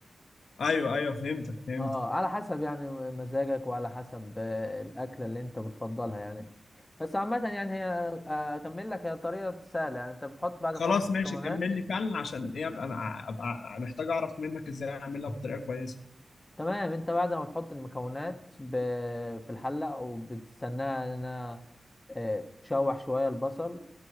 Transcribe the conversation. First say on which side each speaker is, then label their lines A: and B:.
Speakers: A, on the left; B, on the left.
A: ايوه ايوه فهمتك فهمتك
B: اه على حسب يعني مزاجك وعلى حسب آه، الاكله اللي انت بتفضلها يعني بس عامه يعني هي آه، اكمل لك هي طريقه سهله يعني انت بتحط بعد ما
A: خلاص
B: تحط المكونات
A: ماشي كمل لي فعلا عشان ايه ابقى ابقى محتاج اعرف منك ازاي اعملها بطريقه كويسه
B: تمام انت بعد ما تحط المكونات ب... في الحله وبتستناها انها آه، تشوح شويه البصل